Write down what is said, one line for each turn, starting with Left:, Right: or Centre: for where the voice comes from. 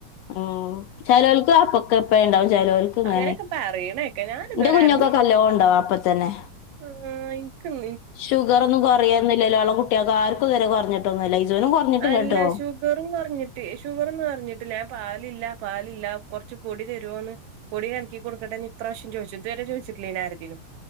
Left: ആഹ് ചെലോല് ക്ക് അപ്പൊക്കെ എപ്പ ഉണ്ടാവും ചെലോല്ക്ക്
Right: അങ്ങന്യൊക്കെ
Left: ഇങ്-
Right: പറിണേക്കാ. ഞാൻ ഇതുവരെ
Left: ന്റെ കുഞ്ഞൊക്കൊക്കെ
Right: ആര്തും
Left: കല്ലോണ്ടാ അപ്പൊത്തന്നെ.
Right: ആഹ്, ഇൻക്ക്ന്ന്
Left: ഷുഗറൊന്നും കൊറയൊന്നില്ലല്ലോ. ഞാളെ കുട്ട്യേൾക്കൊ ആര്ക്കും ഇതരെ കൊർഞ്ഞിട്ടൊന്നുല്ല. ഹിസൂനും കൊർഞ്ഞിട്ടില്ലട്ടോ.
Right: അല്ല ഷുഗറും കൊർഞ്ഞിട്ട് ഷുഗറൊന്നും കൊർഞ്ഞിട്ടില്ല. ഞാൻ പാലില്ല പാലില്ല കൊർച്ച് പൊടി തരോന്ന് പൊടി കലക്കി കൊടുക്കട്ടെന്ന് ഇ പ്രാവശം ചോയിച്ച് ഇതുവരെ ചോയ്ചിട്ടില്ലേര്ന്നു ആരതിനും